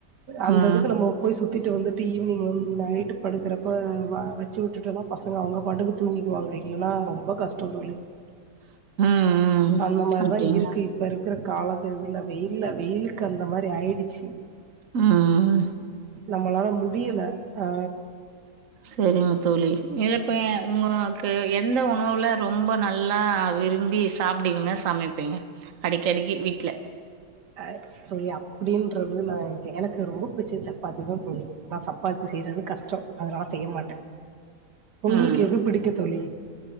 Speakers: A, on the right; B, on the right.
A: அந்ததுக்கு
B: ம்
A: நம்மோ போய் சுத்திட்டு வந்துட்டு ஈவ்னிங் வந் நைட்டு படுக்குறப்ப வ வச்சு உட்டுட்டேனா பசங்க அவுங்க பாட்டுக்கு தூங்கிடுவாங்க இல்லனா ரொம்ப கஷ்ட்டோ தோழி
B: ம் ம்
A: அந்த
B: அப்டிங்களா
A: மாரிதா இருக்கு இப்ப இருக்குற காலத் இதுல வெய்யில வெயிலுக் அந்த மாரி ஆயிடுச்சு
B: ம் ம்
A: நம்மளால முடியல ஆ
B: செரிங் தோழி இது இப்ப உங்கிளுக்கு எந்த உணவுல ரொம்ப நல்லா விரும்பி சாப்ட்டீங்கன்னா சமைப்பேங்க அடிக்கடிக்கி வீட்ல
A: அ தோழி அப்படின்றது நா எனக்கு ரொம்ப புச்சுசா சப்பாத்திதா தோழி நா சப்பாத்தி செய்யறது கஷ்டோ அதனால செய்ய மாட்டே உங்களுக்கு
B: ம்
A: எது பிடிக்கு தோழி